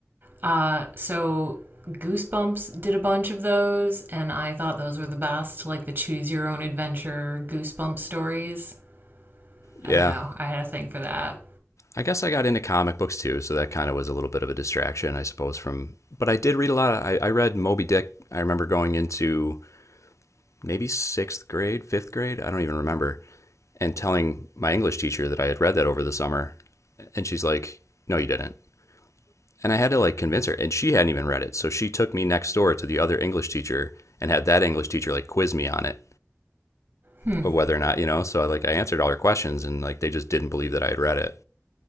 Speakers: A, on the right; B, on the left.
A: Uh, so Goosebumps did a bunch of those, and I thought those were the best, like the choose your own adventure Goosebumps stories.
B: Yeah,
A: I don't know. I had a thing for that.
B: I guess I got into comic books too, so that kind of was a little bit of a distraction, I suppose. From but I did read a lot. Of, I, I read Moby Dick. I remember going into maybe sixth grade, fifth grade. I don't even remember, and telling my English teacher that I had read that over the summer, and she's like, "No, you didn't." And I had to like convince her, and she hadn't even read it, so she took me next door to the other English teacher and had that English teacher like quiz me on it
A: Hmm.
B: of whether or not you know. So I, like I answered all her questions, and like they just didn't believe that I had read it.